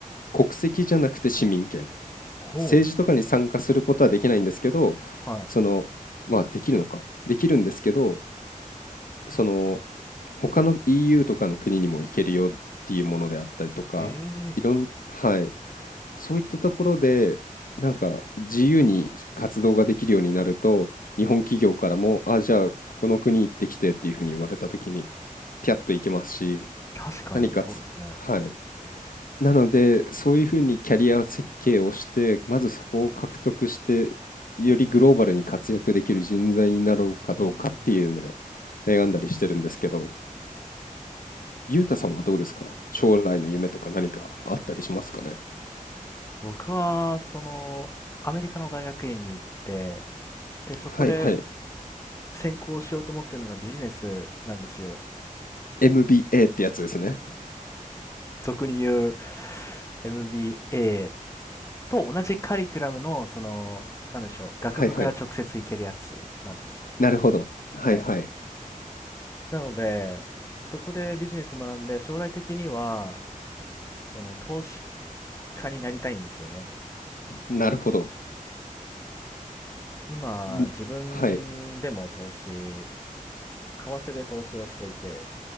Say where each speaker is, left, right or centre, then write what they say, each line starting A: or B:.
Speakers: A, on the left (about 75°); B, on the left (about 20°).
A: 国籍じゃなくて市民権。
B: ほ
A: 政治とかに参加することはできないんですけど、
B: う。はい。
A: その、まあできるのか。できるんですけど、その他の EU とかの国にも行けるよっていうものであったりとか、
B: ええ
A: いろん、はい、そういったところで、なんか自由に活動ができるようになると、日本企業からも、あ、じゃあこの国行ってきてっていうふうに言われたときに、ピャッと行けますし、
B: 確かに、
A: 何かつ、
B: そうですね。
A: はい。なので、そういうふうにキャリア設計をして、まずそこを獲得して、よりグローバルに活躍できる人材になろうかどうかっていうので、
B: うーん。
A: 悩んだりしてるんですけど、ゆうたさんはどうですか将来の夢とか何かあったりしますかね
B: 僕は、その、アメリカの大学院に行って、で、そこで
A: はいはい。
B: 専攻しようと思ってるのがビジネスなんですよ。
A: MBA ってやつですね。
B: 俗に言う MBA と同じカリキュラムの、その、なんでしょう、学部から直接行けるやつなんですよね。
A: はいはい。なるほど。はいはい。
B: はい。なので、そこでビジネス学んで、将来的には、その、投資家になりたいんですよね。
A: なるほど。
B: 今、
A: んはい
B: 自分でも投資為替で投資をしていて